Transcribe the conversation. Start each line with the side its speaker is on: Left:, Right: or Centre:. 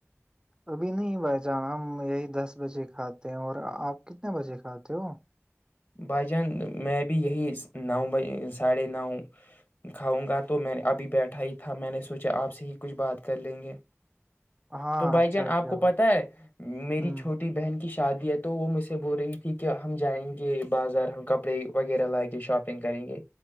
Right: ابھی نہیں بھائی جان ہم یہی دس بجے کھاتے ہیں اور آپ کتنے بجے کھاتے ہو
Left: بھائی جان می بی یہی نو بجے ساڈے نو کھاؤں گا تو میں ابھی بیٹھا ہی تھا میں نے سوچا آپ سے ہی کچھ بات کر لیں گے
Right: ہاں
Left: تو بھائی
Right: اچھا
Left: جان
Right: کیا
Left: آپ کو
Right: ہوا
Left: پتا ہے میری
Right: ہ
Left: چھوٹی بہن کی شا شادی ہے تو وہ مجھ سے بول رہی تھی کہ ہم جائیں گے یہ بازار ہم کپڑے وغیرہ لائیں گے شاپنگ کریں گے